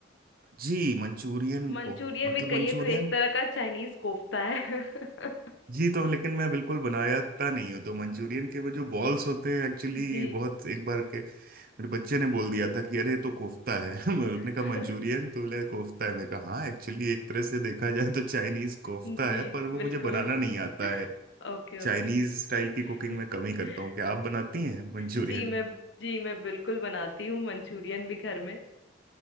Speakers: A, on the right; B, on the left.
A: जी मंचूरियन
B: मंचूरियन
A: को मतलब
B: भी कहिए
A: मंचूरियन
B: तो एक तरह का चाइनीज कोफ्ता है <laughs>
A: जी तो लेकिन मैं बिल्कुल बनायाता नहीं हूँ तो मंचूरियन के वो जो बॉल्स होते हैं एक्चुअली
B: जी
A: बहुत एक बार के मेरे बच्चे ने बोल दिया था कि अरे ये तो कोफ्ता है <laughs> उसने कहा
B: <laughs>
A: मंचूरियन तो बोले कोफ्ता है मैं कहा हाँ एक्चुअली एक तरह से देखा जाए तो चाइनीज कोफ्ता
B: जी
A: है पर वो
B: बिल्कुल
A: मुझे बनाना नहीं
B: <laughs>
A: आता है
B: Okay
A: चाइनीज
B: okay
A: स्टाइल की कुकिंग
B: <laughs>
A: मैं कम ही करता हूँ क्या आप बनाती हैं मंचूरियन
B: जी मैं जी मैं बिल्कुल बनाती हूँ मंचूरियन भी घर में